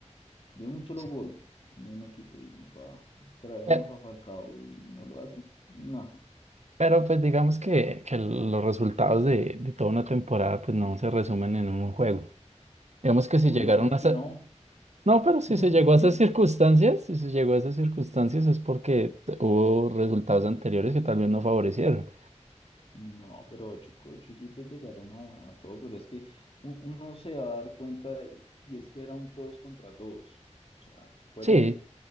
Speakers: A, on the left; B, on the right.
A: de un solo
B: sí.
A: gol en un equipo, y va, traemos
B: Pe-
A: a Falcao y no lo hace. No,
B: Pero, pues digamos que, que los resultados de, de toda una temporada pues no se resumen en un juego. Digamos que
A: obvio,
B: si llegaron
A: ¿cómo
B: a
A: que
B: esa...
A: no?
B: No, pero si se
A: <laughs>
B: llegó a esas circunstancias, si se llegó a esas circunstancias es porque t- hubo resultados anteriores que tal vez no favorecieron.
A: No, pero ocho, ocho equipos llegaron a, a todo, pero es que u- uno se va a dar cuenta, y, y es que era un todos contra todos. O sea, fueron
B: Sí,